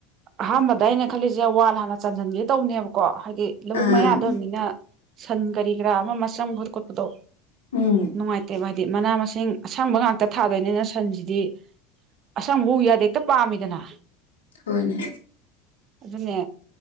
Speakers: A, on the right; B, on the left.
A: ꯑꯍꯥꯝꯕꯗ ꯑꯩꯅ ꯈꯜꯂꯤꯖꯦ ꯋꯥꯜ ꯍꯥꯟꯅ ꯆꯟꯖꯟꯒꯦ ꯇꯧꯅꯦꯕꯀꯣ ꯍꯥꯏꯗꯤ ꯂꯕꯨꯛ
B: ꯑꯥ
A: ꯃꯌꯥꯗ ꯑꯣꯏꯝꯅꯤꯅ ꯁꯟ ꯀꯔꯤ ꯀꯔꯥ ꯑꯃ ꯑꯃ ꯆꯪꯕ ꯈꯣꯠꯄꯗꯣ
B: ꯎꯝ
A: ꯅꯨꯡꯉꯥꯏꯇꯦꯕ ꯍꯥꯏꯗꯤ ꯃꯅꯥ ꯃꯁꯤꯡ ꯑꯁꯪꯕ ꯉꯥꯛꯇ ꯊꯥꯗꯣꯏꯅꯤꯅ ꯁꯟꯖꯤꯗꯤ ꯑꯁꯪꯕ ꯎ ꯌꯥꯗꯦ ꯍꯦꯛꯇ ꯄꯥꯝꯃꯤꯗꯅ
B: ꯍꯣꯏꯅꯦ
A: ꯑꯗꯨꯅꯦ